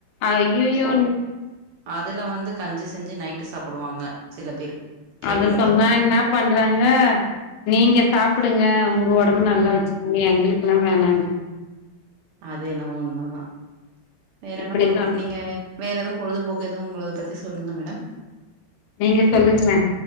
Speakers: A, on the left; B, on the right.
A: ஐய்யய்யோ
B: அதில வந்து கஞ்சி செஞ்சு நைட்டு சாப்டுவாங்க சில பேர் கேள்விப்பட்ருக்கே
A: அத சொன்னா என்ன பண்றாங்க நீங்க சாப்டுங்க உங்க ஒடம்பு நல்லா
B: ம்
A: வச்சு நீ எங்களுக்கெல்லா வேணான்றா
B: அது என்னமோ உண்ம தா வேற
A: இப்டி
B: என்னமா
A: சொன்ன
B: நீங்க வேற எதவு பொழுதுபோக்கு எதுவு உங்கள பத்தி சொல்லுங்க மேடம்
A: நீங்க சொல்லுங்லே